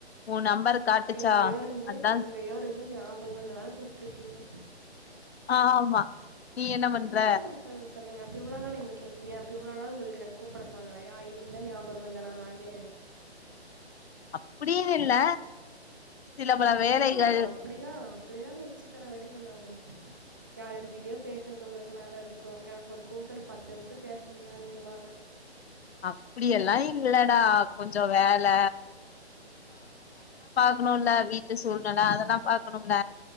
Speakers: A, on the left; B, on the right.
A: உன் நம்பர் காட்டுச்சா
B: எங்கயோ இருந்து
A: அதான்
B: எங்கயோ இருந்து ஞாபகம் வந்தனால கூப்டுருக்கீங்க
A: ஆஹ் ஆமா நீ என்ன
B: சொல்லுங்க
A: பண்ற
B: சொல்லுங்க சொல்லுங்க சொல்லுங்க இப்போ இவ்ளோ நாள் எங்க போனீங்க இப்ப இவ்ளோ நாள் உங்களுக்கு எனக்கு கூப்பிட தொன்னாலையா இன்னைங்கதான் ஞாபகம் வந்தனா நானு
A: அப்படினு இல்ல சில பல
B: அப்படிதான்
A: வேலைகள்
B: அப்படிதான் அப்படிதான் வச்சுக்கறேன் விடுங்க நானு யார்ருக்கிட்டயோ பேசறக்கவங்களுக்கு நேரம் இருக்கும் எனக்கு ஒரு கூட்டுஒரு பத்து நிமிஷம் பேச முடியாது உங்களால
A: அப்படியெல்லாம் இல்லடா கொஞ்சம் வேலை இருக்கணும் வீட்டு சூழ்நிலை அதெல்லாம் பா னுல